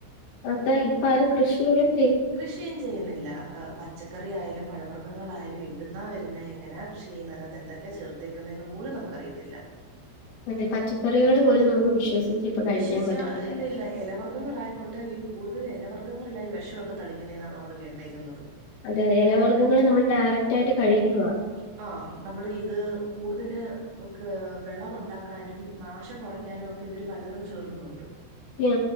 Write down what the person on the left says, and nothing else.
എന്താ ഇപ്പ ആരും കൃഷിയോട്-
അതെ പച്ചക്കറികള്പോലും നമുക്ക് വിശ്വസിച്ച് ഇപ്പൊ കഴിക്കാൻ
പറ്റത്തില്ല
അതെ, എലവർഗ്ഗങ്ങള് നമ്മൾ ഡയറക്റ്റായിട്ട് കഴിയ്ക്കുവാ.
ആ